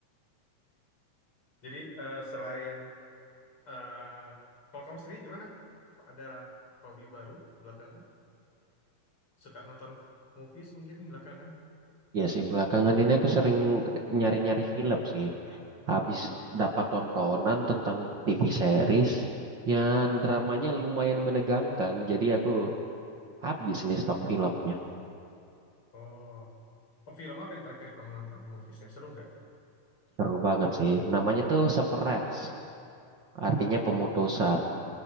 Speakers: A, on the left; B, on the right.
A: Jadi eh, selain eh, kalau kamu sendiri gimana? Ada hobi baru belakangan? Suka nonton f- movies mungkin belakangan?
B: Ya sih, belakangan ini aku sering nyari-nyari film sih. Habis dapat tontonan tentang TV series yang dramanya lumayan menegangkan. Jadi aku habis nih stok filmnya.
A: Oh, Oh, film apa yang terakhir kamu nonton? Movies yang seru nggak?
B: Seru banget sih. Namanya tuh Severance, artinya
A: Oh,
B: pemutusan.